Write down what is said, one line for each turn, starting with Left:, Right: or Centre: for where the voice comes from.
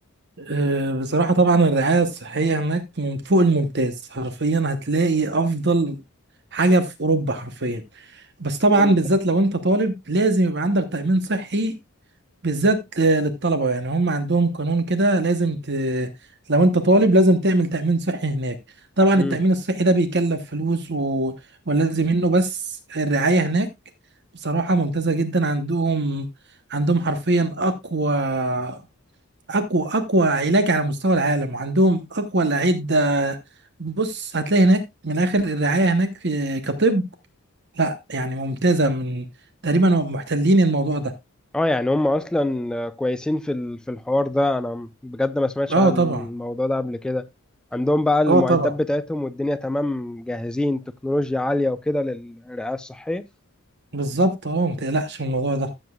Right: أه، بصراحه طبعا الرعايه الصحيه هناك من فوق الممتاز حرفيا هتلاقي افضل حاجه في اوروبا حرفيا بس طبعا
Centre: حلو
Right: بالذات
Centre: ده
Right: لو انت طالب لازم يبقى عندك تامين صحي بالذات آه، للطلبة يعني هم عندهم قانون كده لازم ت... لو انت طالب لازم تعمل تأمين صحي هناك طبعا
Centre: مم.
Right: التأمين الصحي ده بيكلف فلوس و... ولازم منه بس الرعاية هناك بصراحة ممتازة جدا عندهم عندهم حرفيا أقوى أقوى أقوى علاج على مستوى العالم وعندهم أقوى الأعدة بص هتلاقي هناك من آخر الرعاية هناك في... كطب لا يعني ممتازة من تقريبا محتلين الموضوع ده
Centre: اه يعني هم اصلا كويسين في ال- في الحوار ده انا بجد ما سمعتش
Right: اه
Centre: عن
Right: طبعا
Centre: الموضوع ده قبل كده عندهم بقى المعدات
Right: اه طبعا
Centre: بتاعتهم والدنيا تمام جاهزين تكنولوجيا عالية وكده للرعاية الصحية
Right: بالظبط اه ما تقلقش من الموضوع ده